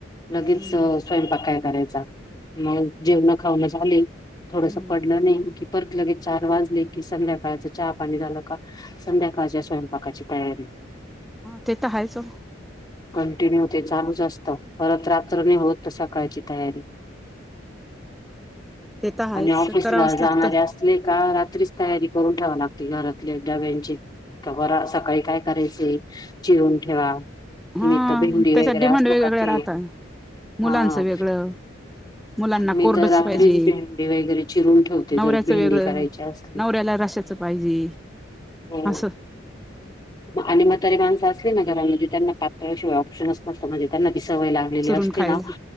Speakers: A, on the left; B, in the centre.
A: लगेच
B: हम्म
A: स्वयंपाक काय करायचा मग जेवण खावनं झाली. थोडस
B: हम्म.
A: पडलं नाई,, की परत लगेच चार वाजले की संध्याकाळचं चहा पाणी झालं का. संध्याकाळच्या स्वयंपाकाची तयारी
B: ते तर आहेच ओ.
A: कंटिन्यू ते चालूच असतं, परत रात्र नाही होत सकाळची तयारी
B: ते तर हायच
A: आणि ऑफिसला
B: करावंच
A: जाणारे
B: लागतं.
A: अस असले का रात्रीच तयारी करून ठेवा लागते, घरातल्या डब्यांची सकाळी काय चिरून ठेवा.
B: हा
A: मी तर भेंडी
B: त्याच्यात
A: वगैरे
B: डिमांड
A: असल
B: वेगवेगळ्या
A: का ते,,
B: राहता मुलांचं
A: हा.
B: वेगळं मुलांना
A: मी
B: कोरडच
A: तर रात्रीच
B: पाहिजे
A: भेंडी वगैरे चिरून ठेवते,
B: नवऱ्याचं
A: जर भेंडी
B: वेगळं
A: करायची अस
B: नवऱ्याला रशाचं पाहिजे.
A: हो.
B: असं
A: आणि मातारी माणसं असले ना घरामध्ये त्यांना पातळशिवाय ऑप्शनच नसतं, म्हणजे त्यांना ती सवय लाग लेली
B: चुरून
A: असते
B: खायला
A: ना